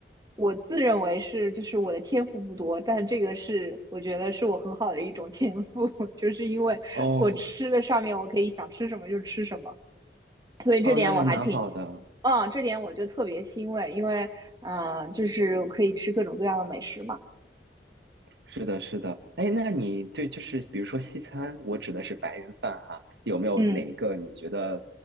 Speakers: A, on the right; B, on the right.
A: 我自认为是就是我的天赋不多，但这个是我觉得是我很好的一种天赋，<laughs> 就是因为我吃的上面我可以想吃什么就吃什么，
B: 哦
A: 所以这点我还挺。
B: 哦，那还蛮好的。
A: 嗯，这点我就特别欣慰，因为嗯、呃就是可以吃各种各样的美食嘛。
B: 是的，是的。哎，那你对就是比如说西餐，我指的是白人饭哈，有没有哪一个你觉得
A: 嗯